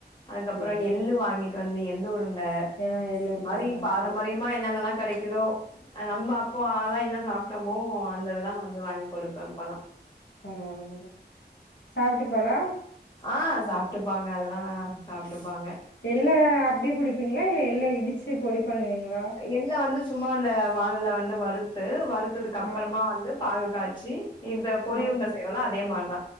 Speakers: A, on the left (about 25°); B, on the left (about 85°).
A: அதுக்கப்பற
B: சேரி சேரி
A: எள்ளு வாங்கிட்டு வந்து எள்ளுருண்டை
B: ஆ எள்ளு
A: அது
B: உருண்ட
A: மாரி
B: ஆ
A: பாரம்பரியமா
B: சேரி
A: என்னன்னெல்லா கெடைக்குதோ அ நம்ம அப்போ லா என்ன சாப்ட்டமோ அந்திதெல்லா வந்து வாங்கி குடுப்ப இப்பலா
B: பரவால போ சாப்ட்டுப்பாலா
A: ஆ சாப்ட்டுப்பாங்க அதெல்லா சாப்ட்டுப்பாங்க
B: எள்ள அப்டே குடுப்பிங்ளா இல்ல எள்ள இடிச்சு பொடி பண்ணுவிங்ளா
A: எள்ள வந்து சும்மா அந்த வாணல்ல வந்து வறுத்து வறுத்ததுக்கு அப்பறமா
B: ஆ
A: வந்து பாகு காய்ச்சி இந்த பொறி
B: ஆ
A: உருண்டை செய்றோ இல்ல அதே மார்தா